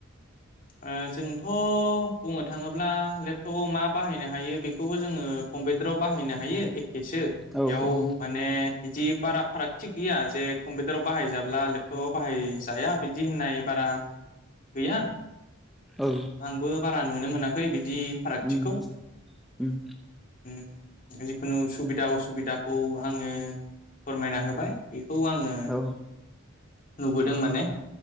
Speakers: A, on the left; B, in the centre.
A: ओ जोंथ बुंनो थाङोब्ला लेपटपआव मा बाहायनो हायो बेखौबो जोङो कम्पिउटाराव बाहायनो हायो एखेसो बेयाव
B: औ औ
A: माने बिदि बारा फाराग थिग गैया, जे कम्पिउटाराव बाहायजाब्ला लेपटपाव बाहायजाया बिदि होननाय बारा गैया
B: औ
A: आंबो बारा नुनो मोनाखै बिदि फारागथिखौ
B: उम उम
A: । हम जिखुनु सुबिदा असुबिदाखौ आङो फोरमायना होबाय। बे खौ आङो
B: औ
A: नुबोदों माने।